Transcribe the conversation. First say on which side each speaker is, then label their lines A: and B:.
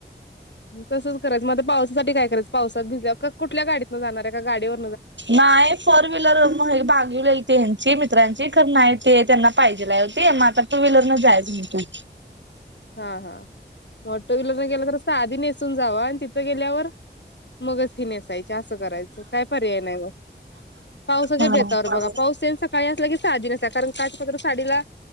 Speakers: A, on the left; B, on the right.
A: तसंच करायचं मध्ये पावसासाठी काय करायचं पावसात भिजल्यावर कुठल्या गाडीत न जाणार आहे का गाडीव
B: नाही फोर व्हीलर मग मागविलेलि हयांची मित् मित्रांची खर नाही ते त्यांना पाहिजेला हाय हो ते मग आता टू व्हीलरनच जायचं म्हणतोय.
A: हा हा, मग टू व्हीलरन गेला तर साडी नेसून जावा आणि तिथ त गेल्यावर मगच हि नेसायची असं करायचं काय पर्याय नाही मग. पावसाच्या
B: हा
A: बेतावर बघा पाऊस येईन सकाळी असला की साधी नेसणार कारण काटपदर साडीला